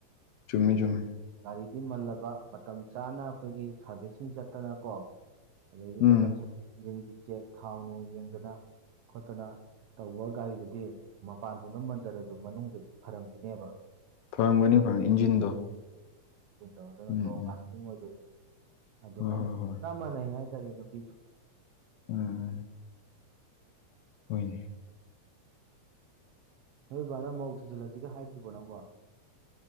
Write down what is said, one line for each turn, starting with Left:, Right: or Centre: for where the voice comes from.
Left: ꯆꯨꯝꯃꯤ ꯆꯨꯝꯃꯤ
Right: ꯒꯥꯔꯤꯗꯤ ꯃꯜꯂꯕ ꯃꯇꯝ ꯆꯥꯅ ꯑꯩꯈꯣꯏꯒꯤ ꯁꯥꯔꯚꯤꯁꯁꯤꯡ ꯆꯠꯇꯅ ꯀꯣ ꯑꯗꯨꯗꯒꯤ
Left: ꯎꯝ
Right: ꯃꯇꯝ ꯁ ꯏꯟꯖꯤꯟꯒꯤ ꯆꯦꯛ ꯊꯥꯎ ꯅꯨꯡ ꯌꯦꯡꯗꯅ ꯈꯣꯠꯇꯅ ꯇꯧꯕ ꯒꯥꯔꯤꯗꯨꯗꯤ ꯃꯄꯥꯟ ꯊꯣꯡꯗ ꯃꯟꯖꯔꯁꯨ ꯃꯅꯨꯡꯗꯗꯤ ꯐꯔꯝꯈꯤꯅꯦꯕ
Left: ꯐꯪꯝꯒꯅꯤ ꯐꯪꯅꯤ ꯏꯟꯖꯤꯟꯗꯣ
Right: ꯎꯝꯗ ꯑꯗꯨ
Left: ꯎꯝ
Right: ꯂꯣꯡ
Left: ꯎꯝ
Right: ꯂꯥꯁꯇꯤꯡ ꯑꯣꯏꯗꯣꯏꯅꯦꯅꯤ ꯑꯗꯨꯃꯥꯏꯅ
Left: ꯍꯣꯏ ꯍꯣꯏ ꯍꯣꯏ
Right: ꯆꯞ ꯃꯥꯟꯅꯩ ꯍꯥꯏꯇꯥꯔꯦ ꯅꯨꯄꯤꯁꯨ
Left: ꯎꯝ ꯍꯨꯟ
Right: ꯅꯣꯏ ꯕꯕꯥ ꯅꯪ ꯃꯧ ꯊꯤꯖꯤꯜꯂꯁꯤꯒ ꯍꯥꯏꯗ꯭ꯔꯤꯕꯣ ꯅꯪꯕꯣ